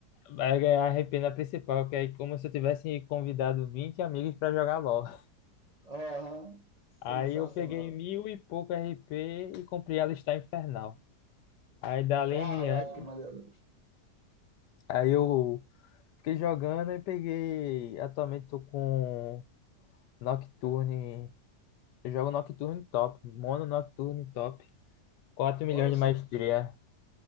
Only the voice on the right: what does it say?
Aham,
sensacional.
Caraca,
que maneiro.
Olha
só
que.